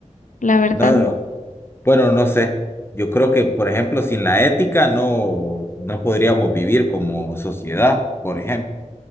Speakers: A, on the left; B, on the left.
A: La verdad
B: No,
A: no,
B: no, bueno, no sé. Yo creo que, por ejemplo, sin la ética no, no podríamos vivir como sociedad, por ejemplo.